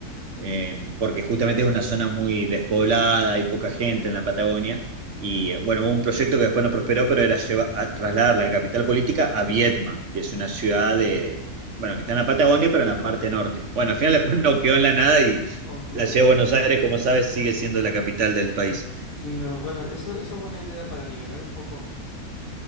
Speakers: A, on the right; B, on the left.
A: eh, porque justamente es una zona muy despoblada, hay poca gente en la Patagonia. Y eh, bueno, hubo un proyecto que después no prosperó, pero era lleva- a trasladar la capital política a Viedma, que es una ciudad de, bueno, que está en la Patagonia, pero en la parte norte. Bueno, al final después no quedó en la nada y
B: ok.
A: la ciudad de Buenos Aires, como sabes, sigue siendo la capital del país.
B: Sí, pero bueno, eso, eso es buena idea para nivelar un poco mm,